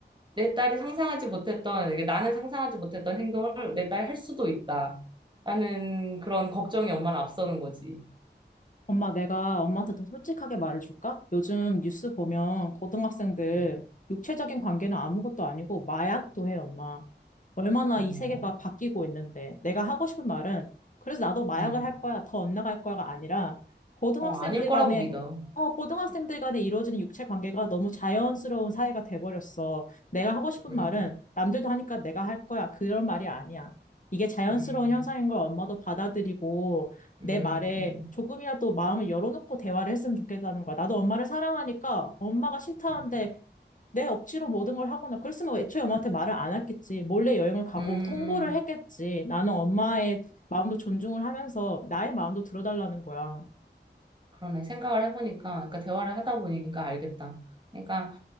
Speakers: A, on the right (about 25°); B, on the left (about 45°).
A: 내 딸이 상상하지 못했던, 이게 나는 상상하지 못했던 행동을 내 딸이 할 수도 있다. 라는 그런 걱정이 엄마를 앞서는 거지.
B: 엄마, 내가 엄마한테 더 솔직하게 말해줄까? 요즘 뉴스 보면 고등학생들
A: 음,
B: 육체적인 관계는 아무것도 아니고 마약도 해, 엄마. 얼마나
A: 어머,
B: 이 세계가 바뀌고 있는데. 내가 하고 싶은 말은, 그래서 나도 마약을
A: 음,
B: 할 거야, 더 엇나갈 거야가 아니라, 고등학생들
A: 어, 아닐 거라고
B: 간에,
A: 믿어.
B: 어, 고등학생들 간에 이루어지는 육체 관계가 너무 자연스러운 사회가 돼버렸어. 내가 하고 싶은
A: 음,
B: 말은, 남들도 하니까 내가 할 거야. 그런 말이 아니야. 이게 자연스러운
A: 음,
B: 현상인 걸 엄마도 받아들이고, 내
A: 음,
B: 말에
A: 음.
B: 조금이라도 마음을 열어놓고 대화를 했으면 좋겠다는 거야. 나도 엄마를 사랑하니까 엄마가 싫다는데
A: 음.
B: 내 억지로 모든 걸 하거나 그랬으면 애초에 엄마한테 말을 안 했겠지. 몰래 여행을 가고
A: 음,
B: 통보를 했겠지. 나는 엄마의 마음도 존중을 하면서 나의 마음도 들어달라는 거야.
A: 그러네. 생각을 해보니까, 그러니까 대화를 하다 보니까 알겠다. 그러니까